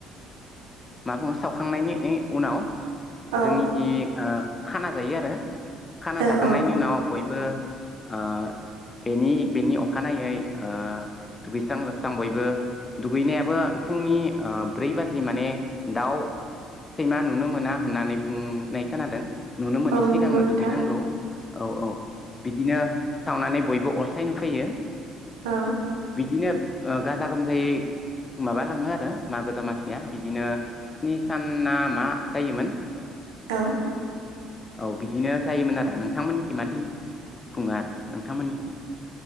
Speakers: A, on the left; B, on the right.
A: मा बुङो सावखांनायनि ओइ उनाव
B: औ
A: जोंनिखि ओ खाना जायो आरो खाना
B: औ
A: जाखांनायनि
B: औ
A: उनाव बय बो आ बेनि- बेनि अखानायै आ दुगैस्रां - लोबस्रां बयबो दुगैनायाबो फुंनि आ ब्रै बाजि माने दाव सैमा नुनो मोना होननानै बुंनाय खोनादों नुनो मोनि
B: औ
A: सिगांनो
B: नंगौ नोंथां
A: दुगैनांगौ औ- औ बिद दिनो सावनानै बयबो अर सायनो फैयो
B: ओ
A: बिदिनो ओ गाजा गोमजायै माबा लाङो आरो मागो दमासिया बिदिनो स्नि सान ना मा जायोमोन
B: औ
A: औ बिदिनो जायोमोन आरो नोंथांमोननिथि मादि खुङो आरो नोंथांमोननिथि